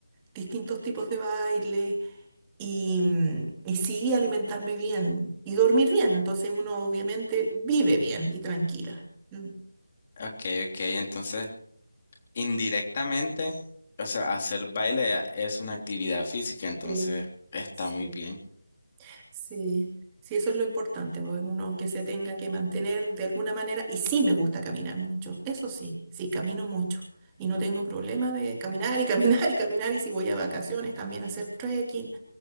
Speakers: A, on the right; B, on the left.
A: distintos tipos de baile, y, y sí alimentarme bien y dormir bien. Entonces uno obviamente vive bien y tranquila. Mm,
B: Ok, ok, entonces indirectamente, o sea, hacer baile es una actividad física, entonces
A: Sí,
B: está
A: sí.
B: muy bien.
A: Sí, sí, eso es lo importante, porque uno que se tenga que mantener de alguna manera. Y sí me gusta caminar mucho, eso sí, sí, camino mucho. Y no tengo problema de caminar y <laughs> caminar y caminar. Y si voy a vacaciones, también hacer trekking.